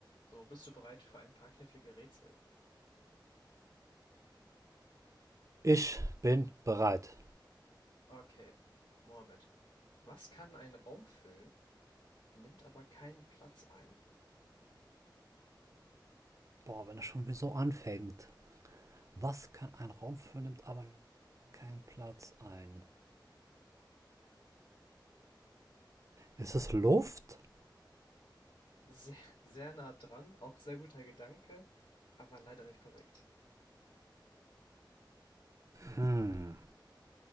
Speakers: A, on the left; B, on the right.
A: So, bist du bereit für ein paar knifflige Rätsel?
B: Ich bin bereit.
A: Okay. Mohammed, was kann einen Raum füllen, nimmt aber keinen Platz ein?
B: Boah, wenn das schon wieder so anfängt. Was kann ein Raum füllen, nimmt aber keinen Platz ein? Ist es Luft?
A: Sehr, sehr nah dran, auch sehr guter Gedanke, aber leider nicht korrekt.
B: Hm.